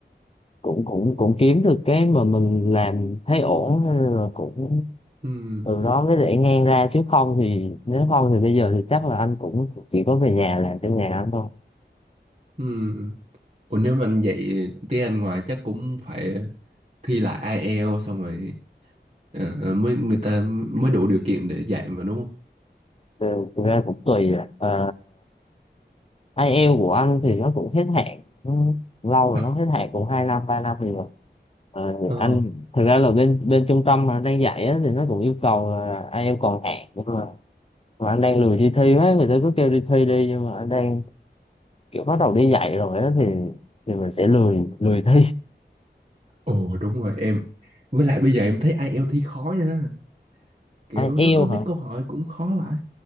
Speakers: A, on the left; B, on the right.
A: cũng cũng cũng kiếm được cái mà mình làm thấy ổn nên là cũng
B: ừm,
A: từ đó mới để ngang ra chứ không thì nếu không thì bây giờ thì chắc là anh cũng chỉ có về nhà làm trong nhà anh thôi
B: ừm. Ủa nếu mà anh dạy tiếng Anh ngoài chắc cũng phải thi lại IELTS xong rồi ờ, ờ, mới người ta mới đủ điều kiện để dạy mà đúng không?
A: Từ- thực ra cũng tùy à. Ờ, IELTS của anh thì nó cũng hết hạn nó lâu rồi
B: <laughs>
A: nó hết hạn cũng hai năm ba năm rồi Ờ,
B: Ờ,
A: anh thực ra là bên bên trung tâm mà đang dạy á, thì nó cũng yêu cầu là IELTS còn hạn nhưng mà mà anh đang lười đi thi hết người ta cứ kêu đi thi đi nhưng mà anh đang kiểu bắt đầu đi dạy rồi á thì thì mình sẽ lười lười thi
B: ồ đúng rồi em. Với lại bây giờ em thấy IELTS thi khó nha. kiểu
A: ai yêu
B: nó có mấy
A: hả
B: câu hỏi cũng khó vậy